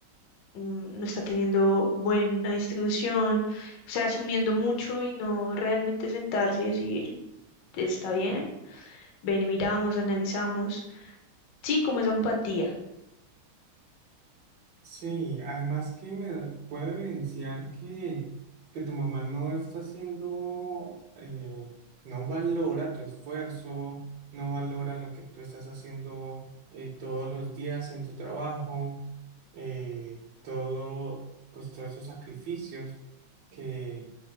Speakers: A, on the left; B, on the right.
A: mm, no está teniendo buena distribución, o sea, asumiendo mucho y no realmente sentarse y decir, está bien, ven y miramos, analizamos. Sí, como esa empatía.
B: Sí, además que me puede evidenciar que, que tu mamá no está haciendo, eh, no valora tu esfuerzo, no valora lo que tú estás haciendo eh, todos los días en tu trabajo, eh, todo, pues todos esos sacrificios que